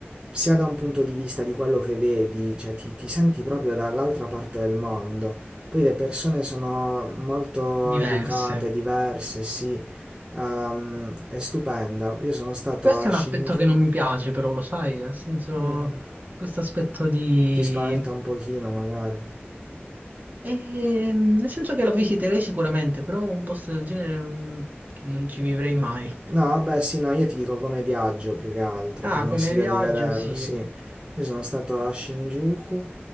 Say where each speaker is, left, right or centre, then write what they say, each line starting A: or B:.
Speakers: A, on the right; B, on the right.
A: sia da un punto di vista di quello che vedi, cioè ti, ti senti proprio dall'altra parte del mondo. Poi le persone sono molto
B: Diverse.
A: educate, diverse, sì. Ehm, è stupenda. Io sono stato
B: Questo
A: a
B: è
A: Shinjuku.
B: un aspetto che non mi piace, però lo sai, nel senso,
A: Mm,
B: questo aspetto di...
A: ti spaventa un pochino, magari.
B: Ehm, nel senso che lo visiterei sicuramente, però un posto del genere non, non ci vivrei mai.
A: No, vabbè, sì, no, io ti dico come viaggio più che altro,
B: Ah,
A: ti consiglio
B: come viaggio
A: di vederlo,
B: sì.
A: sì. Io sono stato a Shinjuku,